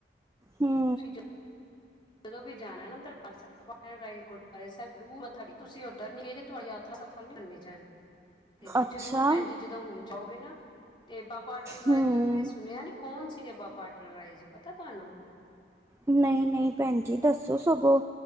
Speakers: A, on the right (about 15°); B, on the left (about 25°).
A: ਹੂੰ,
B: ਤੁਸੀਂ ਜਦੋਂ ਵੀ ਜਾਣਾ <unintelligible> ਗੁਰਦੁਆਰੇ ਸਾਹਿਬ। ਤੁਸੀਂ ਉਧਰ ਜਰੂਰ ਮੱਥਾ ਟੇਕਣਾ। ਤੁਹਾਡੀ ਯਾਤਰਾ ਸਫਲ ਨਹੀਂ ਮੰਨੀ ਜਾਣੀ। ਤੇ ਤੁੂੰ
A: ਅੱਛਾ
B: ਜ਼ਰੂਰ ਭੈਣ ਜੀ ਜਦੋਂ ਹੁਣ ਜਾਓਗੇ ਨਾ, ਤੇ ਬਾਬਾ ਅਟਲ ਰਾਏ
A: ਹੂੰ
B: ਜੀ ਦਾ ਤੁਸੀਂ ਸੁਣਿਆ ਨੀ ਕੋਣ ਸੀਗੇ ਬਾਬਾ ਅਟੱਲ ਟਰ ਰਾਏ ਜੀ ਪਤਾ ਤੁਹਾਨੂੰ?
A: ਨਹੀਂ ਨਹੀਂ ਭੈਣ ਜੀ ਦੱਸੋ ਸਗੋਂ,